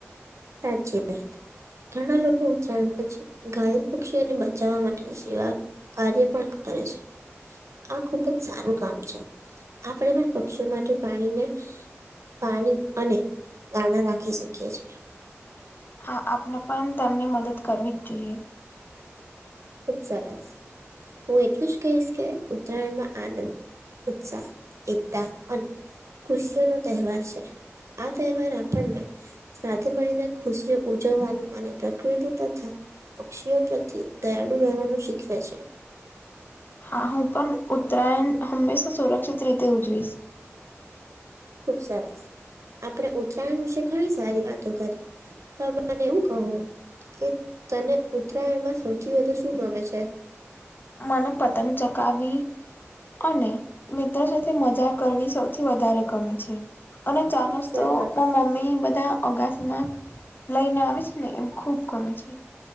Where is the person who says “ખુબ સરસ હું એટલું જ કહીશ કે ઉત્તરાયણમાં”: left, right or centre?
Right